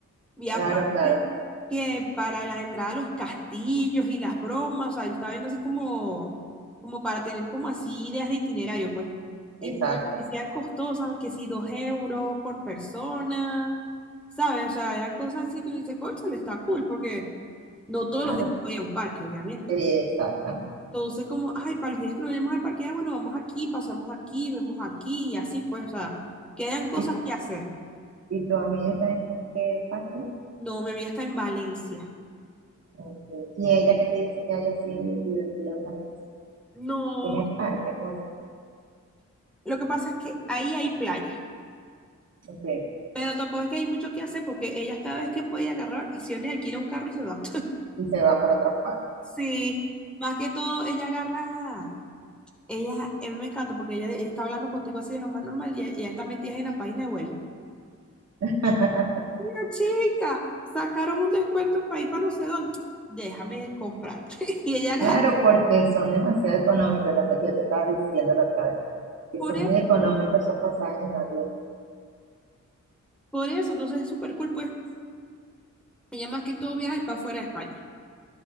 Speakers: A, in the centre; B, on the right (about 55°).
A: Y aparte
B: claro, claro.
A: que para las entradas a los castillos y las bromas, o sea, yo estaba viendo así como, como para tener como así ideas de itinerario, pues. Y
B: Exacto.
A: no me parecían costosas, que si dos euros por persona, ¿sabes? O sea, eran cosas así que uno dice, cónchale, está cool, porque no todos
B: Claro.
A: los días voy a un parque, obviamente.
B: Exactamente.
A: Entonces, como, ay, para los días que no vayamos al parque, ah, bueno, vamos aquí, paseamos aquí, vemos aquí, y así, pues, o sea, quedan cosas
B: ¿Y,
A: que hacer.
B: y tu amiga está en qué parte?
A: No, mi amiga está en Valencia.
B: Ok. ¿Y ella qué te dice que hay así divertido en Valencia?
A: No.
B: Tiene parque, pues.
A: Lo que pasa es que ahí hay playa,
B: Ok.
A: pero tampoco es que hay mucho que hacer porque ellas cada vez que puede agarra vacaciones, alquila un carro y se va.
B: Y se va para otra parte.
A: Sí, más que todo ella agarra, ella, a mí me encanta porque ella, ella está hablando contigo así de lo más normal y ella ella está metida en la página de vuelo.
B: <laughs>
A: Mira, chica, sacaron un descuento para ir para no sé dónde, déjame comprarlo. <laughs> Y ella agarra,
B: Claro, porque son demasiado económicos, lo que yo te estaba diciendo la otra vez. que
A: por,
B: son
A: e-
B: muy económicos esos pasajes en avión.
A: por eso, entonces es súper cool, pues ella más que todo viaja es para fuera de España.